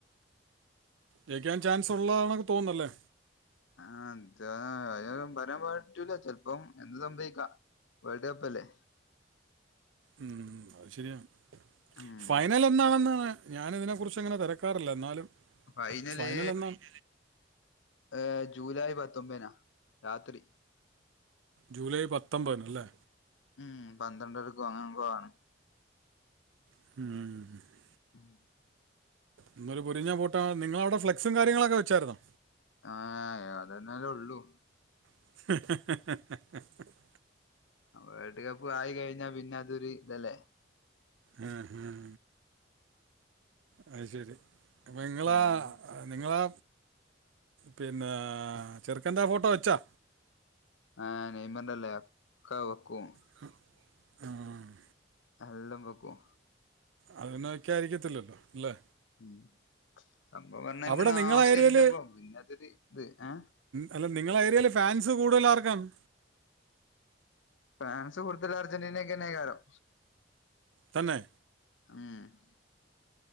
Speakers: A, on the right; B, on the left.
A: ജയിക്കാൻ ചാൻസ് ഉള്ളതാണൊന്ന് തോന്നുന്നല്ലേ?
B: ആഹ് എന്ത അ ബനെ പാറ്റൂല ചെലപ്പം എന്ത് സംഭവിക്കാം. വേൾഡ് കപ്പ് അല്ലേ
A: ഉ അത് ശരിയാണ്
B: ഉം
A: ഫൈനലൊ എന്നാളെന്നാണ് ഞാനിതിനെ കുറിച്ച് അങ്ങനെ തിരക്കാറില്ല എന്നാലും
B: ഫൈനല്
A: ഫൈനൽ എന്നാണ്
B: ഏഹ് ജൂലൈ പത്തൊമ്പനാ രാത്രി.
A: ജൂലൈ പത്തൊമ്പതിന്ല്ലേ.
B: ഉം പന്ത്രണ്ടരക്കും അങ്ങനെങ്ങാണ്.
A: ഉം
B: ഉം
A: ഇന്നൊരു പൊരിഞ്ഞാ പോട്ട നിങ്ങള അവിടെ ഫ്ലക്സ കാര്യങ്ങളൊക്കെ വെച്ചായിരുന്നോ?
B: ആഹ് അതെന്നാല്ലെ ഉള്ളൂ.
A: ഹ ഹ ഹ
B: വേൾഡ് കപ്പ് ആയി കഴിഞ്ഞാ പിന്നെ അതൊരു ഇതല്ലേ?
A: ഉം ഉം അത് ശരി അപ്പൊ ങ്ങളാ.
B: ഉം
A: നിങ്ങളാ പിന്നെ ചെറുക്കന്റെ ആ ഫോട്ടോ വെച്ചോ?
B: ആഹ് നെയ്മറിന്റെല്ലേ ഒക്ക വെക്കും.
A: ആഹ്
B: എല്ലംവെക്കും.
A: അത് പിനെ വെക്കാരിക്കത്തില്ലല്ലോ? ല്ലേ
B: ഉമ് സംഭവം പറഞ്ഞ ആയി
A: അവിടെ
B: ന്റെഒന്നും
A: നിങ്ങളെ
B: ആവശ്യംല്ലപ്പ
A: ഏരിയയിൽ
B: പിന്നെ അതൊരു ഇത് ഏ.
A: അല്ല നിങ്ങളുടെ ഏരിയല് ഫാൻസ് കൂടുതലാർക്കാണ്
B: ഫ്രാൻസ് കൂടുതൽ അർജന്റീനക്കെന്നെകാരം
A: തന്നെ.
B: ഉം.